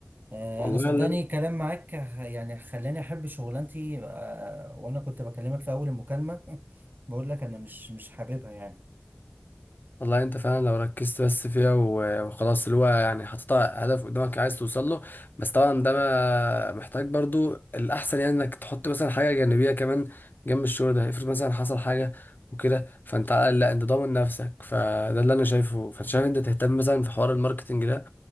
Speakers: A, on the right (about 50°); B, on the left (about 50°).
A: آه،
B: والله
A: انا صدقني كلام معاك ه- يعني خلاني احب شغلانتي آه، وانا كنت بكلمك في اول المكالمة <laughs> بقول لك انا مش مش حاببها يعني
B: والله انت فعلا لو ركزت بس فيها و- وخلاص اللي هو يعني حطيت هدف قدامك عايز توصل له بس طبعا ده ما محتاج برضو الاحسن يعني انك تحط مثلا حاجه جانبيه كمان جنب الشغل ده افرض مثلا حصل حاجه وكده فانت على الأقل لا انت ضامن نفسك فده اللي انا شايفه فانت شايف انت تهتم مثلا في حوار الماركتنج ده